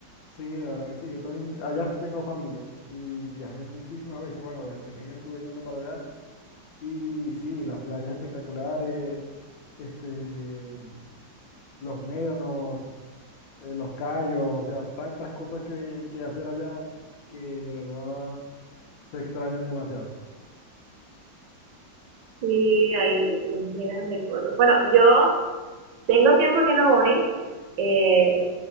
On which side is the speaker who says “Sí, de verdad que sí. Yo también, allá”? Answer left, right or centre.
Left